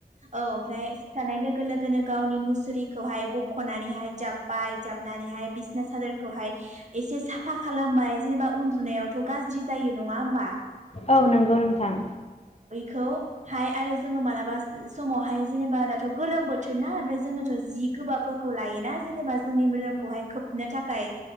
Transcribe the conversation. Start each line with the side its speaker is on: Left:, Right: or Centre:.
Right: औ ओमफ्राय सिखारनाय लोग लोगो लोगोनो गावनि मुसुरिखौहाय बख'नानैहाय जाब्बाय जाबनानैहाय बिसना सादोरखौहाय एसे साफा खालामबाय जेनोबा उन्दुनायावथ' गाज्रि जायो नङा होमबा?
Left: औ नंगौ नोंथां।
Right: खौ हाय आरो जोङो माला बास समावहाय जेनोबा दाथ' गोलोम बोथोर ना ओमफ्राय जोङोथ' जि गोबाबफोरखौ लायोना जेनोबा जोंनि मोदोमखौहाय खोबनो थाखाय